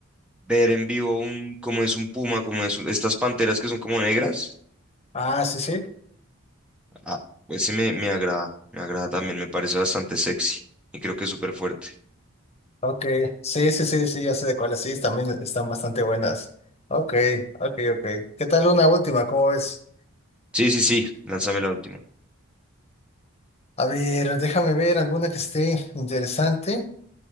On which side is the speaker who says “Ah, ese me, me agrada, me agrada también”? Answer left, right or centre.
Centre